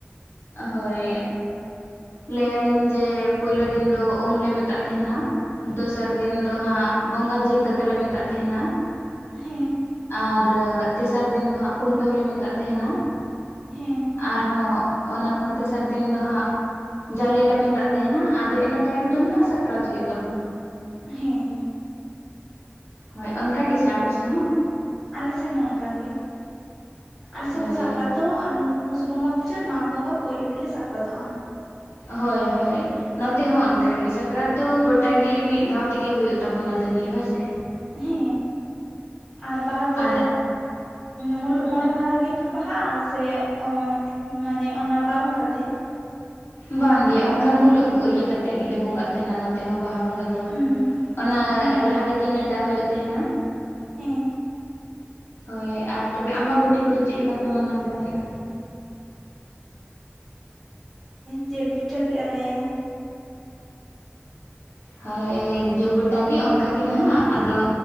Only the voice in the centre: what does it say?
ᱦᱮᱸ
ᱦᱮᱸ
ᱦᱮᱸ
ᱟᱞ ᱥᱮᱱ ᱦᱚᱸ ᱚᱱᱠᱟᱜᱮ ᱟᱞᱮ ᱥᱮᱱ
ᱫᱚ ᱥᱟᱠᱨᱟᱛ ᱫᱚ ᱟᱱ ᱯᱩᱥ ᱵᱚᱸᱜᱟ ᱢᱩᱪᱟᱹᱫ ᱢᱟᱜᱽ ᱵᱚᱸᱜᱟ ᱯᱩᱭᱞᱩ ᱨᱮᱞᱮ ᱥᱟᱠᱨᱟᱛᱚᱜᱼᱟ
ᱩᱸ
ᱦᱮ ᱟᱨ ᱵᱟᱦᱟ ᱫᱚ
ᱢᱩᱞᱩᱜ ᱢᱚᱬᱮ ᱢᱟᱦᱟ ᱨᱮᱜᱮ ᱯᱮ ᱵᱟᱦᱟᱜ-ᱟ ᱥᱮ ᱮᱸ ᱢᱟᱱᱮ ᱚᱱᱟ ᱯᱟᱨᱚᱢ ᱠᱟᱛᱮ
ᱩᱸ
ᱦᱮᱸ
ᱦᱮᱸ
ᱡᱤᱞ ᱯᱤᱴᱷᱟᱹ ᱠᱮᱫ ᱟᱞᱮ